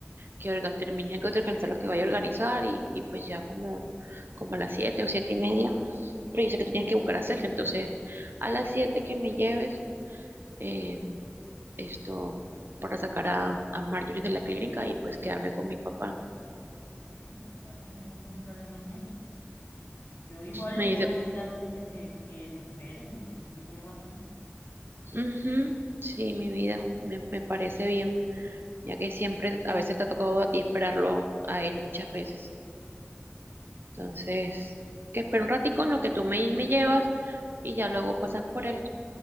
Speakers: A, on the right; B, on the left.
A: que orga- termine de organizar lo que vaya a organizar y, y pues ya como, como a las 7 o 7 y media. Pero yo sé que tú tienes que buscar a Sergio, entonces a las 7 que me lleves eh, esto para sacar a, a Marjorie de la clínica y pues quedarme con mi papá.
B: sí, mi amor, dale, no hay ningún problema en eso. Yo igual
A: Me
B: le puedo
A: dice,
B: decir a Sergio que, que me espere en lo que yo te llevo a ti.
A: "Ujú, sí, mi vida, me, me parece bien, ya que siempre a veces te ha tocado a ti esperarlo a él muchas veces. Entonces, que espera un ratico en lo que tú me, me llevas y ya luego pasas por él.